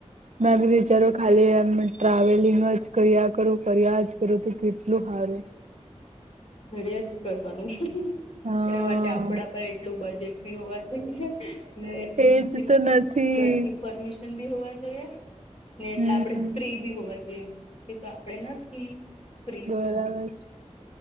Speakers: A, on the right (about 75°); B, on the left (about 60°).
A: મેં બી વિચાર્યું ખાલી એમ ટ્રાવેલિંગ જ કર્યા કરું કર્યા જ કરું તો કેટલું સારું.
B: ત્યાં જ કરવાનું.
A: હા
B: એના માટે આપડા પર એટલું બજેટ બી હોવા છે ને ને.
A: એજ
B: એટલી
A: તો નથી
B: ઘરથી પરમિશ. હોવા જોઈએ ને એટલે
A: હમ
B: આપણે ફ્રી બી હોવા જોઈએ. એ તો આપડે નથી ફ્રી
A: બરાબર
B: તો.